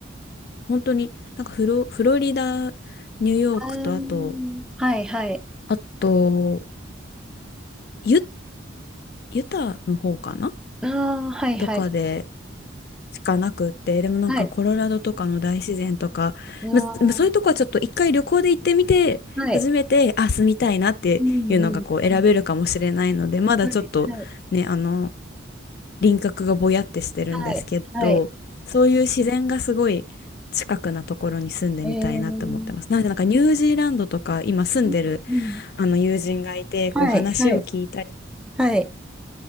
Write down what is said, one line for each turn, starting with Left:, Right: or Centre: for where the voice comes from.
Left: 本当になんかフロ、フロリダ、ニューヨークとあと、
Centre: あーはいはい。
Left: あと、ユ、ユタの方かな
Centre: ああ、はいはい。
Left: とかでしかなくって、でもなんかコロラドとかの大自然とか、
Centre: はい。あー
Left: ままそういうとこはちょっと一回旅行で行ってみて、
Centre: はい。
Left: 初めて、あ、住みたいなっていうのがこう選べるかもしれないので、
Centre: うんうんうん。
Left: まだちょっとね、
Centre: はいはい。
Left: あの、輪郭がぼやってしてるんですけど、
Centre: はい。はい。
Left: そういう自然がすごい近くなところに住んでみたいなって思ってます。
Centre: えー、
Left: なのでなんかニュージーランドとか今住んでる
Centre: うんうん。
Left: あの友人がいて、こう話を聞いたり
Centre: はいはいはい